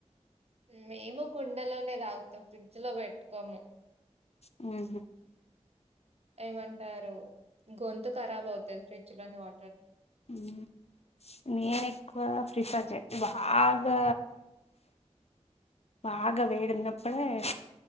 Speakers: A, on the right; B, on the left.
A: మేము కుండలోనే తాగుతాం ఫ్రిడ్జ్ లో పెట్టుకోము.
B: హుహ్
A: ఏమంటారు గొంతు కరాబ్ అవుతది ఫ్రిడ్జ్ లోని వా
B: హ్ నేను ఎక్కువ ఫ్రీఫర్ బాగా బాగా వేడిన్నప్పుడే <inaudible>